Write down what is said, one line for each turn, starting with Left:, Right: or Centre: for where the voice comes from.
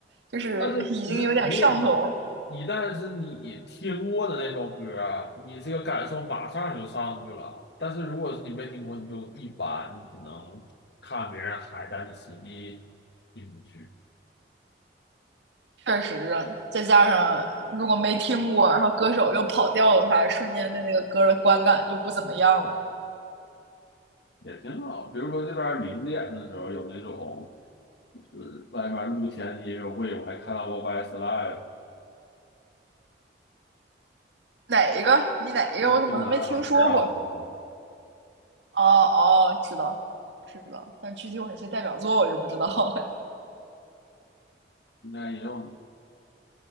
Right: 就是已经有点上头
Left: 但是就是如果你一旦是你听过的那首歌啊，你这个感受马上就上去了。但是如果是你没听过，你就一般，你只能看别人嗨，但你实际进不去。
Right: 确实啊，再加上如果没听过，然后歌手又跑调的话，瞬间对那个歌的观感就不怎么样了。
Left: 也挺好。比如说这边儿零点的时候有那种，就是外面露天的音乐会，我还看到过 Westlife、
Right: 哪一个？你哪一个？
Left: 一星男孩儿啊，
Right: 我怎么都没听说过？
Left: 对吧？
Right: 哦哦，知道知道，但具体有哪些代表作我就不知道了。
Left: 应该也有，